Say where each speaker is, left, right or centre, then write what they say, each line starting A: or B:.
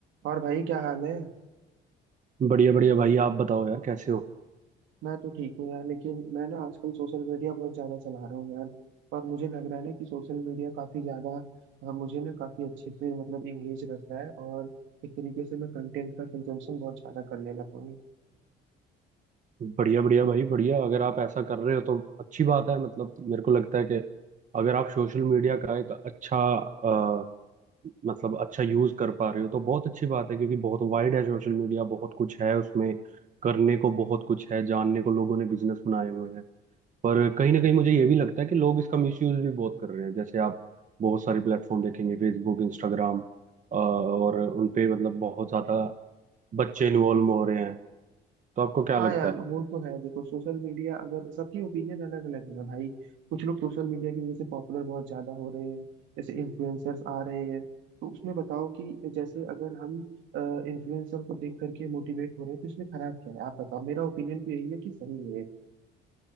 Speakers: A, on the right (about 85°); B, on the right (about 40°).
A: और भाई क्या हाल है
B: बढ़िया बढ़िया भाई आप बताओ यार कैसे हो
A: मैं तो ठीक हूँ यार लेकिन मैं ना आजकल सोशल मीडिया बहुत ज्यादा चला रहा हूँ यार और मुझे लग रहा है ना कि सोशल मीडिया काफी ज्यादा अ, मुझे ना काफी अच्छे से मतलब इंगेज रख रहा है और एक तरीके से मैं कंटेंट का कंजम्पशन बहुत ज्यादा करने लगा हूँ
B: बढ़िया बढ़िया भाई बढ़िया अगर आप ऐसा कर रहे हो तो अच्छी बात है मतलब मेरे को लगता है कि अगर आप सोशल मीडिया का एक अच्छा अ, मतलब अच्छा यूज कर पा रहे हो तो बहुत अच्छी बात है क्योंकि बहुत वाइड है सोशल मीडिया बहुत कुछ है उसमें करने को बहुत कुछ है जानने को लोगों ने बिजनेस बनाए हुए हैं पर कहीं ना कहीं मुझे ये भी लगता है कि लोग इसका मिसयूज भी बहुत कर रहे हैं जैसे आप बहुत सारे प्लेटफॉर्म देखेंगे फेसबुक इंस्टाग्राम और उनपे मतलब बहुत ज्यादा बच्चे इन्वॉल्व हो रहे हैं तो आपको क्या
A: हाँ
B: लगता
A: यार
B: है
A: वो तो है देखो सोशल मीडिया अगर सबकी ओपिनियन अलग अलग है ना भाई कुछ लोग सोशल मीडिया की वजह से पॉपुलर बहुत ज्यादा हो रहे हैं जैसे इन्फ्लुएंसर्स आ रहे हैं तो उसमें बताओ कि जैसे अगर हम इन्फ्लुएंसर को देख करके मोटिवेट हो रहे हैं तो इसमें खराब क्या है आप बताओ मेरा ओपिनियन तो यही है कि सही है